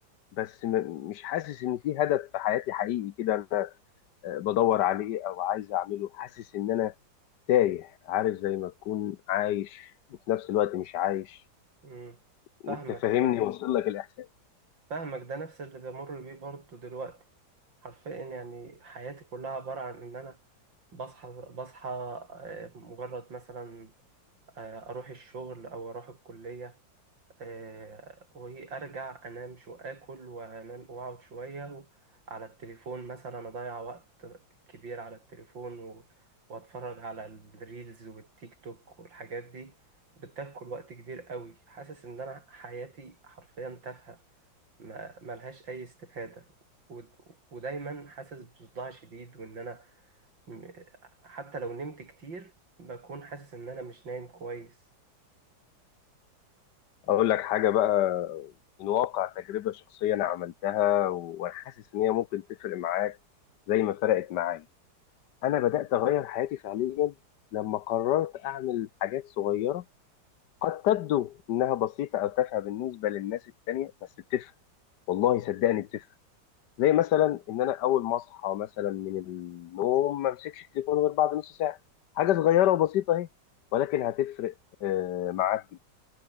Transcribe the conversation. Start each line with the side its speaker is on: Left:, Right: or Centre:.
Left: بس م- مش حاسس ان في هدف في حياتي حقيقي كده انا آه، بدور عليه او عايز اعمله حاسس ان انا تايه عارف زي ما تكون عايش وفي نفس الوقت مش عايش
Right: امم فاهمك
Left: انت فاهمني
Right: فاهم
Left: وصل لك الاحساس
Right: فاهمك ده نفس اللي بمر بيه برضه دلوقتي حرفيا يعني حياتي كلها عبارة عن ان انا بصحى بصحى آه، مجرد مثلا آه، اروح الشغل او اروح الكليه آه، وارجع انام شو اكل وانام واقعد شويه و- على التليفون مثلا اضيع وقت كبير على التليفون و... واتفرج على الريلز والتيك توك والحاجات دي بتاكل وقت كبير قوي حاسس ان انا حياتي حرفيا تافهه ما ملهاش اي استفاده و... ودايما حاسس بصداع شديد وان انا م- حتى لو نمت كتير بكون حاسس ان انا مش نايم كويس
Left: اقول لك حاجه بقى من واقع تجربه شخصيه انا عملتها و- وانا حاسس ان هي ممكن تفرق معاك زي ما فرقت معايا انا بدات اغير حياتي فعليا لما قررت اعمل حاجات صغيره قد تبدو انها بسيطه او تافهه بالنسبه للناس التانية بس بتفرق والله صدقني بتفرق زي مثلا ان انا اول ما اصحى مثلا من النوم ما امسكش التليفون غير بعد نص ساعه حاجه صغيره وبسيطه اهي ولكن هتفرق آه، معاك